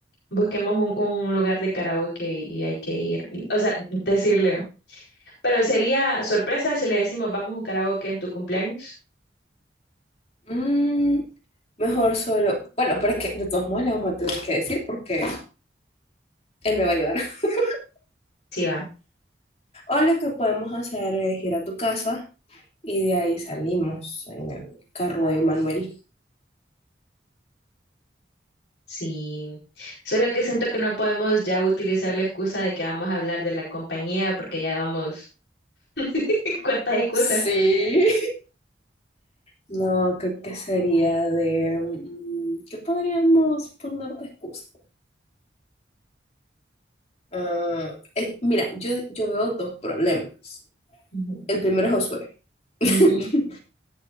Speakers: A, on the left (about 70°); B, on the left (about 35°).
A: busquemos un, un lugar de karaoke y hay que ir, o sea, decirle, pero sería sorpresa si le decimos vamos a un karaoke en tu cumpleaños.
B: Mm, mejor solo. Bueno, pero es que de todos modos le vamos a tener que decir porque Él me va a llevar. <laughs>
A: Sí, va,
B: O lo que podemos hacer es ir a tu casa y de ahí salimos en el carro de Manuel.
A: sí. Solo que siento que no podemos ya utilizar la excusa de que vamos a hablar de la compañía porque ya vamos, <laughs> ¿cuántas excusas?
B: Sí. No, creo que sería de... mm, ¿Qué podríamos poner de excusa? Ah, eh, mira, yo, yo veo dos problemas.
A: Ujú.
B: El primero es Josué <laughs>
A: Ujú.